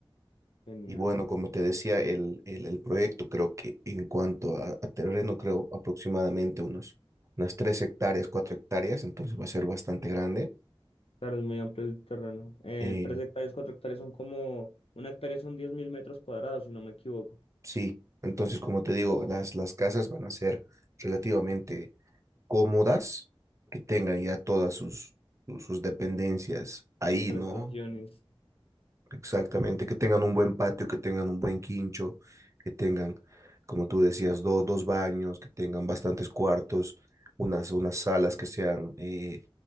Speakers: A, on the left; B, on the right.
A: Genial.
B: Y bueno, como te decía, el, el, el proyecto creo que en cuanto a, a terreno, creo aproximadamente unos, unas tres hectáreas, cuatro hectáreas, entonces va a ser bastante grande.
A: Claro, es muy amplio el terreno. Eh,
B: Eh,
A: tres hectáreas, cuatro hectáreas son como, una hectárea son 10.000 metros cuadrados, si no me equivoco.
B: sí, entonces como te digo,
A: Wow,
B: las, las casas van a ser relativamente cómodas, que tengan ya todas sus, sus, sus dependencias ahí,
A: sus prestaciones,
B: ¿no? Exactamente, que tengan un buen patio, que tengan un buen quincho, que tengan, como tú decías, do- dos baños, que tengan bastantes cuartos, unas, unas salas que sean eh,